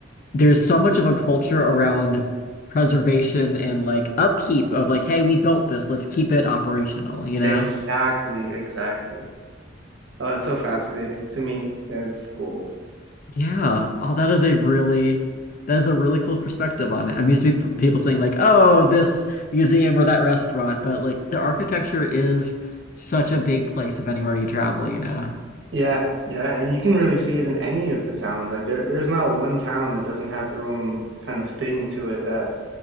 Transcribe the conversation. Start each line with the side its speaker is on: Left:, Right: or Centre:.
Left: there's so much of a culture around preservation and like upkeep of like, hey, we built this, let's keep it operational, you know?
Right: Exactly, exactly. Oh, it's so fascinating to me. It's cool.
Left: Yeah. Oh, that is a really that is a really cool perspective on it. I'm used to p- people saying like, "Oh, this museum or that restaurant," but like the architecture is such a big place of anywhere you travel, you know.
Right: Yeah, yeah, and you can really see it in any of the towns. Like there there's not one town that doesn't have their own kind of thing to it that